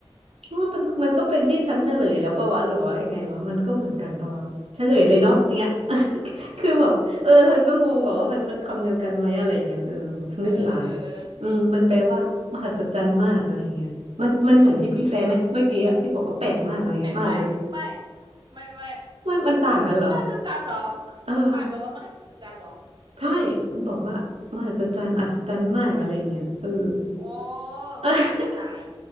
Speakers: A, on the right (about 85°); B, on the right (about 50°).
A: ว่ามันมันก็เป็นที่ฉันเฉลยแล้วปะวะหรือว่ายังไงวะมันก็เหมือนกันปะวะเฉลยเลยเนาะอย่างเงี้ย <laughs> คือแบบเออฉันก็งงแบบว่ามันมันคำเดียวกันไหมอะไรอย่างเงี้ยเออแบบงึดหลาย
B: เออเออเออ
A: อืมมันแปลว่ามหัศจรรย์มากอะไรอย่างเงี้ยมันมันเหมือนที่พี่แปลไหมเมื่อกี้อะที่บอกว่าแปลกมากอะไรเงี้ยมหัศจรรย์
B: เออไม่ไม่ไม่ไม่ไม่
A: <laughs> มันมันต่างกันเหรอ
B: มหัศจรรย์เหรอ
A: เออ
B: งึดหลายแปลว่ามหัศจรรย์เหรอ
A: ใช่มันบอกว่ามหัศจรรย์อัศจรรย์มากอะไรอย่างเงี้ยเออ
B: อ๋อ
A: <laughs>
B: งึดหลาย